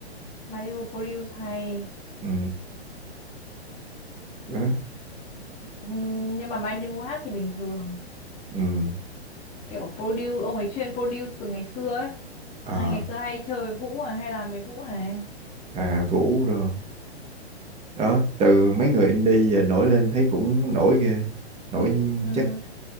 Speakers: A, on the left; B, on the right.
A: Madhu produce hay
B: ừ đó
A: Ừm, nhưng mà Madhu hát thì bình thường
B: ừ
A: kiểu produce ông ấy chuyên produce từ ngày xưa ấy
B: Ờ,
A: hai ngày xưa hay chơi với Vũ mà hay làm với Vũ này
B: à Vũ rồi đó từ mấy người indie giờ nổi lên thấy cũng nổi ghê nổi
A: Ừm,
B: chắc